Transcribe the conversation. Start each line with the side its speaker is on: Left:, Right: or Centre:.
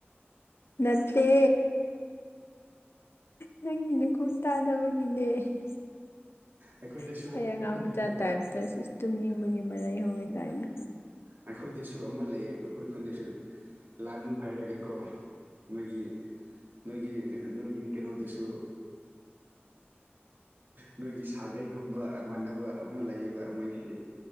Left: ꯅꯠꯇꯦ ꯅꯪꯒꯤꯅ ꯈꯨꯠ ꯇꯥꯗꯕꯒꯤꯅꯦ ꯑꯩꯕꯨ
Right: ꯑꯩꯈꯣꯏꯗꯁꯨ ꯑꯩꯈꯣꯏ
Left: ꯑꯉꯥꯡ
Right: ꯈꯨꯟꯗꯁꯨ
Left: ꯃꯆꯥ
Right: ꯀꯣ
Left: ꯇꯥꯞꯇ ꯏꯁꯁ ꯇꯨꯝꯅꯤꯡꯕꯒꯤ ꯃꯔꯩ ꯍꯧꯋꯦ ꯀꯥꯏꯅ
Right: ꯑꯩꯈꯣꯏꯗꯁꯨ ꯑꯃ ꯂꯩꯌꯦ ꯑꯩꯈꯣꯏ ꯈꯨꯟꯗꯁꯨ ꯂꯥꯅꯨ ꯍꯥꯏꯔꯒꯀꯣ ꯃꯣꯏꯒꯤ ꯅꯣꯏꯒꯤ ꯅꯣꯏꯒꯤ ꯀꯩꯅꯣꯗꯁꯨ ꯅꯣꯏꯒꯤ ꯁꯥꯒꯩꯒꯨꯝꯕ ꯃꯥꯟꯅꯕ ꯑꯃ ꯂꯩꯌꯦꯕ ꯃꯣꯏꯁꯤ